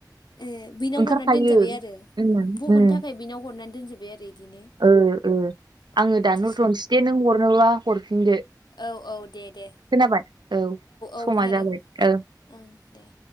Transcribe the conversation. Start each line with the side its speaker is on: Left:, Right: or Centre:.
Left: ए बैनाव
Right: ओंखारखायो
Left: हरनाय दोनजाबाय आरो
Right: उम उम
Left: बख'नो थाखाय बेनाव हरनानै दोनजोबबाय आरो इदिनो
Right: ओ ओ
Left: अ
Right: आङो दानहरथ'नोसै
Left: इदिसो
Right: दे नों हरनोबा हरफिनदो।
Left: औ औ दे दे
Right: खोनाबाय औ
Left: औ
Right: समा
Left: खोनादों
Right: जाबाय औ।
Left: ओं दे।